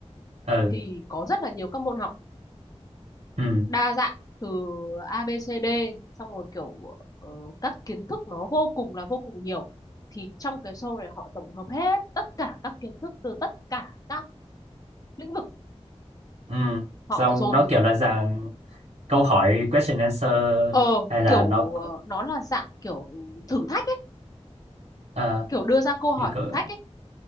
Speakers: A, on the right; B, on the left.
A: ừ
B: thì có rất là nhiều các môn học
A: Ừ.
B: đa dạng từ A B C D xong rồi kiểu ờ, các kiến thức nó vô cùng là vô cùng nhiều thì trong cái show này họ tổng hợp hết tất cả các kiến thức từ tất cả các lĩnh vực
A: Ừ,
B: họ
A: xong
B: dồn
A: nó kiểu là dạng câu hỏi question answer
B: ờ
A: hay là
B: kiểu
A: nó
B: ờ, nó là dạng kiểu thử thách ấy
A: ờ,
B: kiểu đưa ra câu hỏi
A: thì cỡ-
B: thử thách ấy